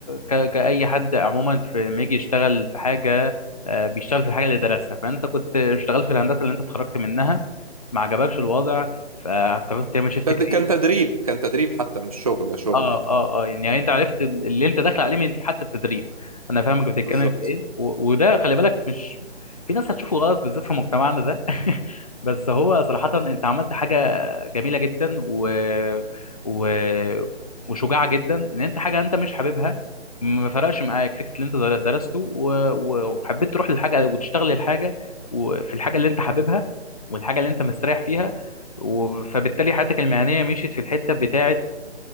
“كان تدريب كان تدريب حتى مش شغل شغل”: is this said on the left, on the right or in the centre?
Right